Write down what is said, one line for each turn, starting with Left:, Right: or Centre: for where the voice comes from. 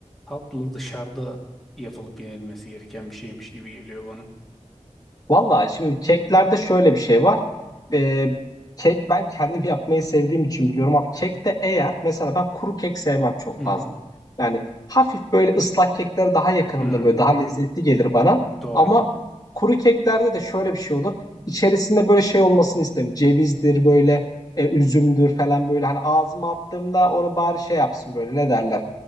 Centre: tatlı dışarıda yapılıp yenilmesi gereken bir şeymiş gibi geliyor bana.
Left: Valla şimdi keklerde şöyle bir şey var. Ee, kek ben kendim <laughs> yapmayı sevdiğim için biliyorum abi. Kekte eğer mesela ben kuru kek sevmem çok
Centre: Hı hı.
Left: fazla. Yani hafif böyle ıslak kekler daha yakınımdır
Centre: Hmm,
Left: böyle daha lezzetli gelir bana.
Centre: doğru.
Left: Ama kuru keklerde de şöyle bir şey olur. İçerisinde böyle şey olmasını isterim. Cevizdir böyle e, üzümdür falan böyle. Hani ağzıma attığımda onu bari şey yapsın böyle ne derler.